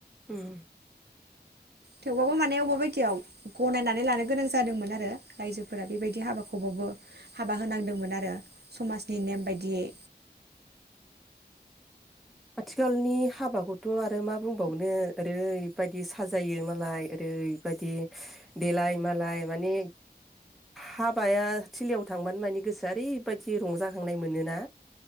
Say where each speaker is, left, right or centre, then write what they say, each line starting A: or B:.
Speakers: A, in the centre; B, on the right.
A: उम
B: थेवबाबबो माने अबेबा बायदियाव गनायनानै लानो गोनां जादोंमोन आरो रायजोफोरा बेबायदि हाबाखौबाबो हाबा होनांदोंमोन आरो समाजनि नेम बायदियै
A: आथिखालनि हाबाखौथ' आरो मा बुंबावनो ओरैबायदि साजायो मालाय ओरैबायदि देलाय मालाय माने हाबाया थिलियाव थांबानो माने गोसोआ ओरैबायदि रंजाखांनाय मोनोना